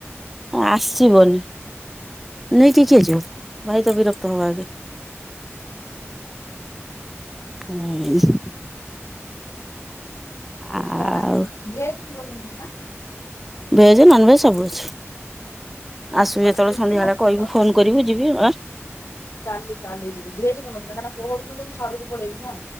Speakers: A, in the centre; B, on the left (about 65°).
A: ଆସିବନି ନେଇକି କିଏ ଯିବ ଭାଇ ତ ବିରକ୍ତ ହବ ଆଗେ। ହୁଁ।
B: ସେଖିସଲି
A: ଆଉ
B: ଘିଥିଲ ମୁଲ ମଛି ନା
A: ଭେଜ୍ ନନ୍ ଭେଜ୍ ସବୁ ଅଛି
B: ମାନେ
A: ଆସିବି
B: ଭଲ
A: ଯେତେବେଳେ
B: ଟେଷ୍ଟି
A: ସନ୍ଧ୍ୟାବେଳେ
B: ବନୁଛି
A: କହିବୁ
B: ତ
A: ଫୋନ୍ କରିବୁ ଯିବି ଆ
B: କାଲି କାଲି ଯିବି ଭିଜିବନ କାଁକନା ପୁ ତ ମୁଁ ଆଡୁକୁ ପଳେଇବି ନା।